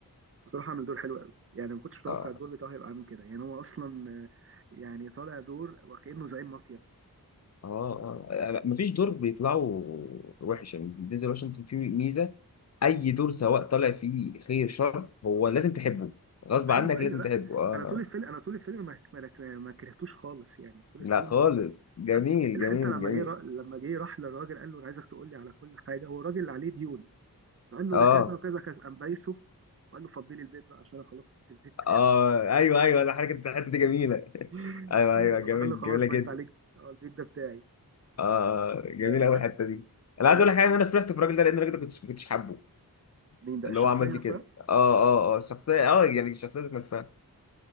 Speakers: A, on the right; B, on the left.
A: بصراحه عمل دور حلو قوي يعني ما كنتش متوقع
B: اه
A: الدور بتاعه هيبقى عامل كده يعني هو اصلا آه، يعني طالع دور وكأنه زعيم مافيا
B: اه اه يعني مفيش دور بيطلعوا وحش يعني دينزل واشنطن فيه ميزه اي دور سواء طالع فيه خير شر هو لازم تحبه غصب
A: ايوه
B: عنك
A: ايوه
B: لازم
A: لا
B: تحبه اه
A: انا طول الفيلم انا طول الفيلم ما ما ما كرهتوش خالص يعني طول
B: لا
A: الفيلم
B: خالص جميل
A: لا الحته
B: جميل
A: لما
B: جميل
A: جه را- لما جه راح للراجل قال له انا عايزك تقول لي على كل حاجه هو الراجل اللي عليه ديون فقال له
B: اه
A: ده كذا وكذا كذا قام بايسه وقال له فضلي البيت بقى عشان انا خلاص خدت البيت بتاعك
B: اه ايوه ايوه انا حركه الحته دي جميله <laughs>
A: <laughs>
B: ايوه
A: قال
B: ايوه
A: له خلاص
B: جميل
A: قال له خلاص
B: جميله
A: بقى
B: جدا
A: انت عليك آه، البيت ده بتاعي
B: اه جميله
A: لا لا
B: قوي
A: فيلم
B: الحته دي انا
A: لا
B: عايز
A: لا
B: اقول لك حاجه ان انا فرحت في الراجل ده لان الراجل ده كنت كنتش حابه
A: مين ده
B: اللي
A: الشخصيه
B: هو عمل
A: نفسها
B: فيه كده اه اه اه الشخصيه اه يعني الشخصيه ذات نفسها